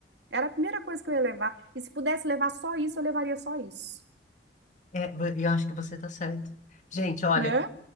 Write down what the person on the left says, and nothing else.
É, vo- eu acho que você está certo. Gente, olha,